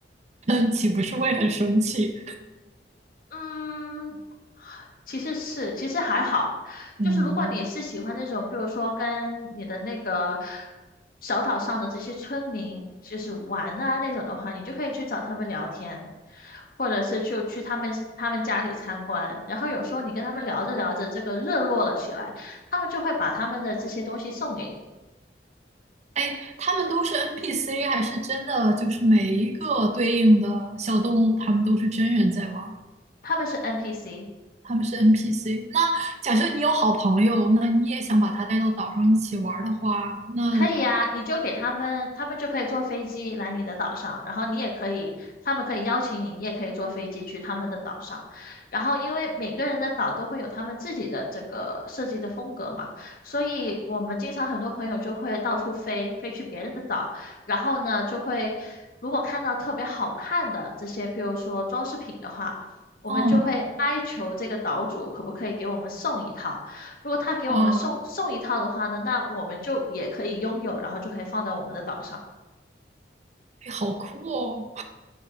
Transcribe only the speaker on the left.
嗯，其实是，其实还好，
就是如果你是喜欢那种，比如说跟你的那个小岛上的这些村民，就是玩啊那种的话，你就可以去找他们聊天，或者是就去他们他们家里参观。然后有时候你跟他们聊着聊着，这个热络了起来，他们就会把他们的这些东西送给你，
他们是 NPC。
可以啊，你就给他们，他们就可以坐飞机来你的岛上，然后你也可以，他们可以邀请你，你也可以坐飞机去他们的岛上。然后，因为每个人的岛都会有他们自己的这个设计的风格嘛，所以我们经常很多朋友就会到处飞，飞去别人的岛，然后呢，就会如果看到特别好看的这些，譬如说装饰品的话，我们就会哀求这个岛主可不可以给我们送一套。
如果他给我们送送一套的话呢，
那我们就也可以拥有，然后就可以放在我们的岛上。